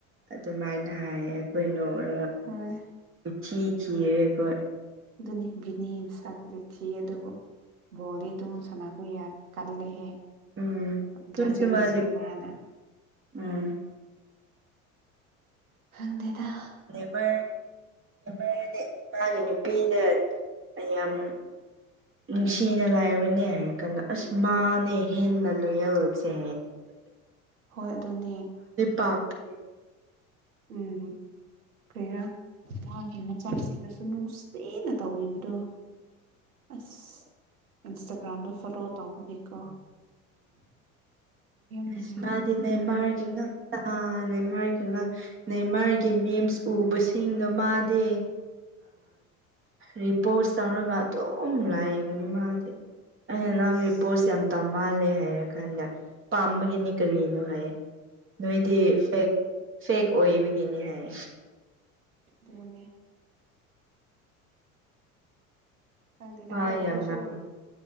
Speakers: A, on the right (about 30°); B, on the right (about 75°).
A: ꯑꯗꯨꯃꯥꯏꯅ ꯍꯥꯏꯌꯦ ꯑꯩꯈꯣꯏ ꯅꯣꯛꯔꯒꯊꯤ
B: ꯍꯣꯏ
A: ꯊꯤꯔꯦꯀꯣ
B: ꯑꯗꯨꯅꯤ ꯕꯤꯅꯤ ꯃꯁꯛꯇꯨꯗꯤ ꯊꯤ ꯑꯗꯨꯕꯨ ꯕꯣꯜꯗꯤ ꯑꯗꯨꯝ ꯁꯥꯟꯅꯕ ꯌꯥꯔꯦ ꯀꯂꯍꯦ ꯏ
A: ꯎꯝ ꯇꯨꯁꯨ
B: ꯭ꯔꯖꯤꯤꯜꯒꯤꯁꯤꯦ
A: ꯃꯥꯗꯤ
B: ꯃꯥꯅ
A: ꯎꯝ
B: ꯈꯪꯗꯦꯗ
A: ꯂꯦꯕꯔ ꯃꯥꯒꯤ ꯅꯨꯄꯤꯗꯌꯥꯝ ꯅꯨꯡꯁꯤꯅ ꯂꯥꯏꯔꯨꯅꯦ ꯍꯥꯏꯔ ꯀꯥꯟꯗ ꯑꯁ ꯃꯥꯅꯦ ꯍꯦꯟꯅ ꯂꯣꯏꯌꯦꯜꯂꯁꯦ
B: ꯍꯣꯏ ꯑꯗꯨꯅꯦ
A: ꯄꯥꯝꯕꯒꯤ
B: ꯎꯝ ꯀ꯭ꯔꯦꯔꯥ ꯃꯥꯒꯤ ꯃꯆꯥꯁꯤꯡꯗꯁꯨ ꯅꯨꯡꯁꯤꯅ ꯇꯧꯕꯤꯕꯗꯣ ꯑꯁ ꯏꯟꯁꯇꯥꯒ꯭ꯔꯥꯝꯗ ꯐꯣꯂꯣ ꯇꯧꯕꯒꯦꯀꯣ
A: ꯎꯝꯁꯃꯗꯤꯅ
B: ꯅꯨꯡꯉꯥꯏ
A: ꯃꯥꯔꯒ ꯇ ꯅꯃꯥꯏꯒꯤ ꯅꯃꯔꯒꯤ ꯃꯦꯝꯁ ꯎꯕꯁꯤꯡꯗꯣ ꯃꯥꯗꯦ ꯔꯤꯄꯣꯁ ꯇꯧꯔꯒ ꯑꯗꯨꯝ ꯂꯥꯛꯕꯅꯤ ꯃꯥꯗꯤ ꯑ
B: ꯑꯁ
A: ꯅꯪ ꯏ ꯄꯣꯁꯦꯝ ꯇꯃ ꯃꯥꯜꯂꯦ ꯍꯥꯏꯔ ꯀꯥꯟꯗ ꯄꯥꯝꯕꯒꯤꯅꯤ ꯀꯔꯤꯅꯣ ꯍꯥꯏꯌꯦ ꯅꯣꯏꯗꯤ ꯐꯦꯛ ꯐꯦꯛ ꯑꯣꯏꯕꯒꯤꯅꯤ ꯍꯥꯏ
B: ꯑꯗꯨ ꯃꯅꯅꯦ ꯈꯪꯗꯦꯗ
A: ꯋꯥ
B: ꯑꯩꯈꯣꯏ ꯑꯩꯈꯣꯏꯁꯨ
A: ꯌꯥꯝ ꯉꯥꯡ